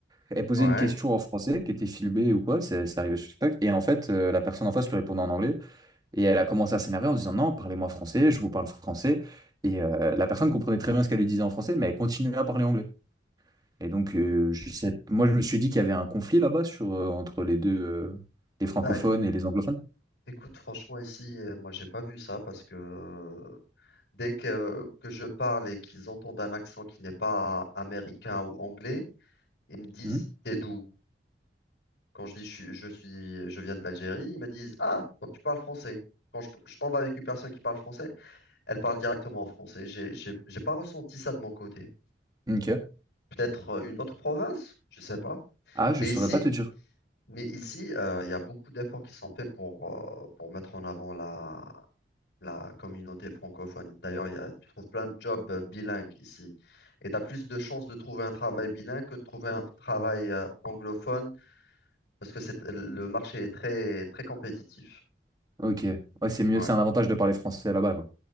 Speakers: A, on the right; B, on the left.
A: Elle posait
B: Ouais.
A: une question en français qui était filmée ou quoi, Ça ça arrivait sur TikTok. Et en fait, euh, la personne en face lui répondait en anglais. Et elle a commencé à s'énerver en disant non, parlez-moi français, je vous parle français. Et euh, la personne comprenait très bien ce qu'elle lui disait en français, mais elle continuait à parler anglais. Et donc, euh, je sais- moi, je me suis dit qu'il y avait un conflit là-bas sur, euh, entre les deux, euh, les francophones
B: Bah,
A: et les anglophones.
B: écoute, franchement, ici, euh, moi, j'ai pas vu ça parce que euh, dès que, que je parle et qu'ils entendent un accent qui n'est pas américain ou anglais, ils me disent,
A: Mhm.
B: t'es d'où? Quand je dis je suis, je suis, je viens de l'Algérie, ils me disent, Ah, donc tu parles français. Quand je, je tombe avec une personne qui parle français, elle parle directement en français. J'ai, j'ai, j'ai pas ressenti ça de mon côté.
A: Ok.
B: Peut-être euh, une autre province, je sais pas.
A: Ah, je
B: Mais
A: saurais
B: ici,
A: pas te dire.
B: mais ici, euh, il y a beaucoup d'efforts qui sont faits pour, euh, pour mettre en avant la, la communauté francophone. D'ailleurs, il y a, tu trouves plein de jobs euh, bilingues ici. Et tu as plus de chances de trouver un travail bilingue que de trouver un travail euh, anglophone parce que c'est, le marché est très, très compétitif.
A: Ok. Ouais, c'est mieux,
B: Ouais,
A: c'est un avantage de parler français là-bas, quoi.